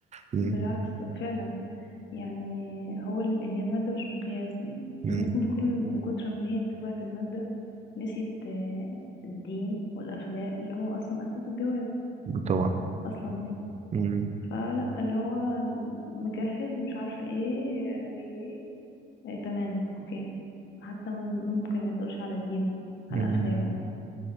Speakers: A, on the right (about 35°); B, on the left (about 65°).
A: مم،
B: بالعكس فعلا يعني هو ال- هي المادة مش مقياس
A: مم،
B: الناس من كل من كتر ما هي اتبعت المادة نسيت آه، الدين والأخلاق اللي هو أصلا أساس الجواز
A: طبعا
B: أصلا يعني
A: مم،
B: فلا اللي هو مجهز مش عارفة ايه آه، وي وي إيه تمام اوكي حتى م- ممكن ما يسألوش على دينه
A: مم.
B: على اخلاقه